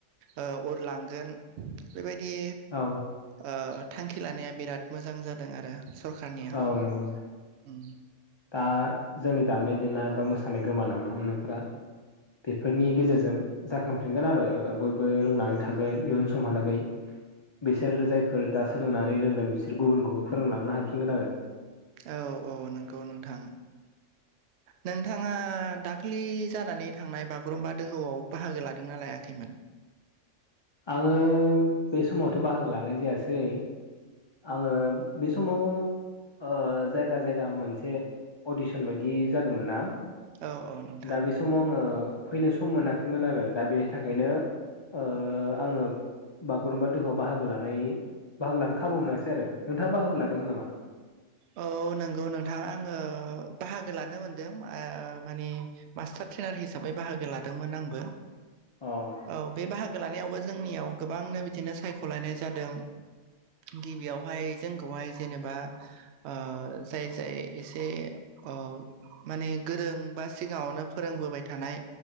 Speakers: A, on the right (about 65°); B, on the left (about 30°).
A: ओ अरलांगोन बेबायदि
B: औ
A: ओ थांखि लानाया बिराद मोजां जादों आरो सरखारनिया
B: औ नंगौ
A: ओम।
B: दा जोंनि दामनाय देनाय बा मोसानाय गोमालांनो हमनायफ्रा बेफोरनि गेजेरजों जाखांफिनगोन आरो ओ बयबो रोंनानै थागोन इयुन समहालागै बिसोर जायफोर दा सोलोंनानै रोंदों बिसोर गुबुनखौबो फोरोंलांनो हाफिनगोन आरो
A: औ औ नोंगौ नोंथां। नोंथाङा दाखालि जानानै थांनाय बागुरुम्बा दोहौआव बाहागो लादोंना लायाखैमोन?
B: आङो बे समावथ' बाहागो लानाय जायासै। आङो बे समाव ओ जायगा जायगा मोनसे अडिसन बायदि जादोंमोन ना
A: औ औ नोंथां।
B: दा बे समाव आङो फैनो सम मोनाखैमोन आरो दा बेनि थाखायनो ओ आङो बागुरुम्बा दोहौआव बाहागो लानाय बाहागो लानो खाबु मोनासै आरो नोंथाङा बाहागो लादोंमोन नामा?
A: औ नंगौ नोंथां आङो बाहागो लानो मोनदों ओ मानि मास्टार ट्रेनार हिसाबै बाहागो लादोंमोन आंबो।
B: अ
A: औ बे बाहागो लानायावबो जोंनियाव गोबांनो बिदिनो सायख'लायनाय जादों गिबियावहाय जोंखौहाय जेनेबा ओ जाय जाय एसे ओ माने गोरों बा सिगाङावनो फोरोंबोबाय थानाय